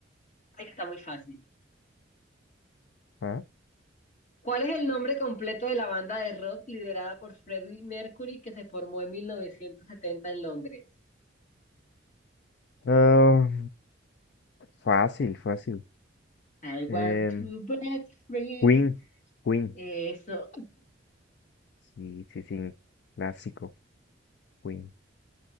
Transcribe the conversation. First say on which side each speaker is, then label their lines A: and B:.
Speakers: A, on the left; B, on the left.
A: ay, que está muy fácil.
B: ¿ah?
A: ¿Cuál es el nombre completo de la banda de rock liderada por Freddie Mercury que se formó en 1970 en Londres?
B: Ah, fácil, fácil.
A: I want
B: Em,
A: to break free.
B: Queen, Queen.
A: Eso.
B: Sí, sí, sí, clásico, Queen.